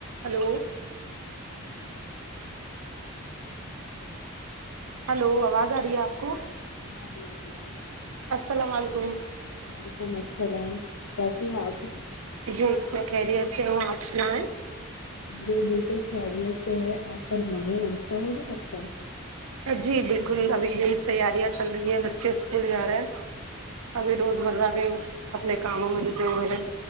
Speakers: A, on the right; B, on the left.
A: hello hello آواز آ رہی ہے آپ کو
B: آرہی آرہی ہے
A: السلام علیکم
B: وعلیکم السلام کیسے ہیں آپ
A: جی میں خیریت سے ہوں آپ سنائیں
B: جی بالکل خیریت سے ہے آپ فرمایا ناشتہ ہوگیا آپ کا
A: جی بالکل ابھی یہ ہی تیاریاں چل رہی ہیں بچے اسکول جا رہے ہیں ابھی روز مرہ کے اپنے کاموں میں جھکے ہوئے ہے